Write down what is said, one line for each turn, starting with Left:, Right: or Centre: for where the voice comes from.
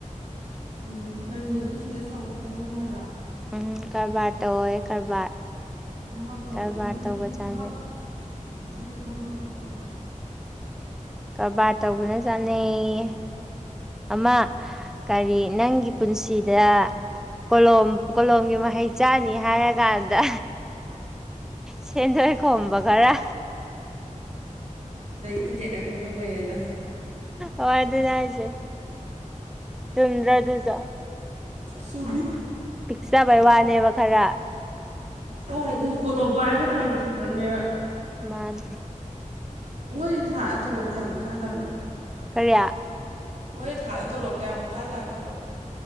Right: ꯎꯝ ꯅꯪꯗꯤ ꯕꯤꯖꯤꯅꯦꯁ ꯇ ꯆꯥꯟꯅꯩ ꯍꯥꯏꯕ꯭ꯔꯥ
Centre: ꯎꯝ ꯀꯔꯕꯥꯔ ꯇꯧꯋꯦ ꯀꯔꯕꯥꯔ
Right: ꯊꯕꯛ ꯇꯧꯕꯩꯗꯨꯗꯁꯨ
Centre: ꯀꯔꯕꯥꯔ ꯇꯧꯕ ꯆꯥꯅꯩ
Right: ꯊꯕꯛ ꯑꯗꯨꯁꯨ ꯊꯕꯛ ꯅꯠꯇꯕ
Centre: ꯀꯔꯕꯥꯔ ꯇꯧꯕꯅ ꯆꯥꯅꯩ ꯌꯦ ꯑꯃ ꯀꯔꯤ ꯅꯪꯒꯤ ꯄꯨꯟꯁꯤꯗ ꯀꯣꯂꯣꯝ ꯀꯣꯂꯣꯝꯒꯤ ꯃꯍꯩ ꯆꯅꯤ ꯍꯥꯏꯔꯀꯥꯟꯗ ꯁꯦꯗꯣ ꯈꯣꯝꯕ ꯈꯔ
Right: ꯇꯤꯛꯀꯦ ꯀꯛꯄꯗ ꯑꯣꯏꯌꯦꯗ
Centre: ꯍꯣꯏ ꯑꯗꯨꯅꯦ ꯍꯥꯏꯁꯦ ꯆꯨꯝꯗ꯭ꯔ ꯑꯗꯨꯖꯨ
Right: ꯆꯨꯃꯤ
Centre: ꯄꯤꯛꯆꯕꯩ ꯋꯥꯅꯦꯕ ꯈꯔ
Right: ꯍꯣꯏ ꯑꯗꯨꯁꯨ ꯀꯣꯂꯣꯞ ꯄꯥꯏꯔꯒ ꯇꯧꯔꯤꯕ ꯊꯕꯛꯅꯦꯕ
Centre: ꯃꯥꯥꯟ
Right: ꯃꯣꯏꯗꯤ ꯊꯥ ꯇꯣꯂꯣ ꯀꯌꯥꯃꯨꯛ ꯆꯥꯖꯥꯠꯅꯣ
Centre: ꯀꯔꯤꯌꯥ
Right: ꯃꯣꯏꯦ ꯊꯥꯗ ꯊꯣꯛꯣꯂꯣꯑꯣ ꯀꯌꯥꯃꯨꯛ ꯆꯥꯖꯥꯠꯅꯣꯕ